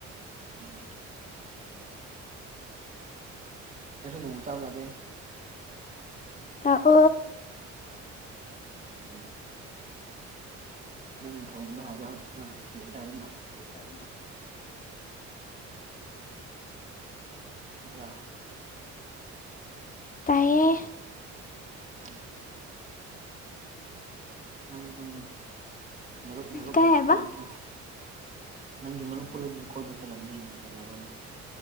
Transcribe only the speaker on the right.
ꯎꯝ ꯑꯩꯁꯨ ꯅꯣꯡꯃ ꯆꯥꯕ ꯂꯥꯛꯀꯦ
ꯎꯝ ꯅꯪꯅ ꯊꯣꯡꯕꯗꯣ ꯍꯥꯎꯏ ꯍꯥꯎꯇꯦꯅ ꯑꯥ ꯌꯦꯡ ꯇꯥꯔꯦꯅꯥ
ꯅꯠꯇ꯭ꯔꯥ
<inaudible> ꯅꯪ ꯗꯨꯝ ꯃꯔꯨꯞ ꯃꯔꯨꯞ
ꯂꯛꯄꯗꯤ
ꯑꯗꯨꯝ ꯅꯪꯒꯤ ꯃꯔꯨꯞꯄꯨꯔꯗꯗꯤ ꯀꯣꯏꯕ ꯆꯠꯂꯝꯅꯤꯌꯦ ꯕꯥ ꯕꯖꯥꯔꯔꯣꯝꯗ